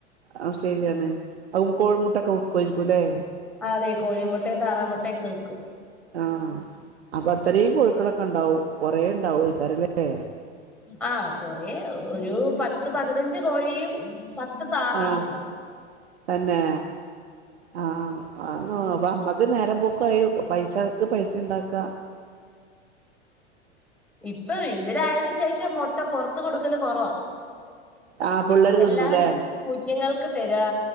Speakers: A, on the right; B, in the centre.
A: ആ ശരിയാണ് അ കോഴിമുട്ടൊക്കെ വിക്കുവായിരിക്കുംല്ലേ
B: അതെ കോഴിമുട്ടയും താറാമുട്ടയും ഒക്കെ വിക്കും
A: ആഹ അപ്പൊ അത്രേം കൊഴിക്കളൊക്കെ ഇണ്ടാവും കൊറെ ഇണ്ടാവും ആയിക്കാരല്ലേ
B: ആ കൊറേ ഒരു പത്ത് പതിനഞ്ച് കോഴിയും പത്ത് താറാവും
A: ആഹ്
B: ഉണ്ട്
A: തന്നെ ആ അ ഗോബ അമ്മക് ക്ക്‌ ന്നേരം പോക്കായി പൈസക്ക് പൈസണ്ടാക്ക
B: ഇപ്പൊയ് ഇവരായന് ശേഷം മൊട്ട പൊറത്ത് കൊടുക്കല് കൊറവാ
A: ആഹ് പിള്ളേര്
B: എല്ലായ്
A: തിന്നൂലേ
B: കുഞ്ഞുങ്ങൾക്ക് തെരാ